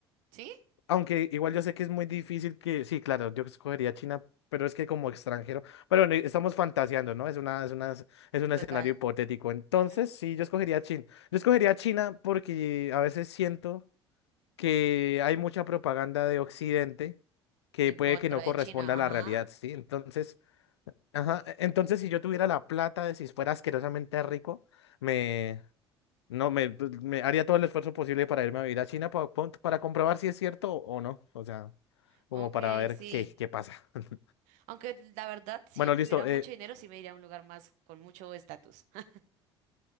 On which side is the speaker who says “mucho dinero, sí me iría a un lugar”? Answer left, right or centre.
Right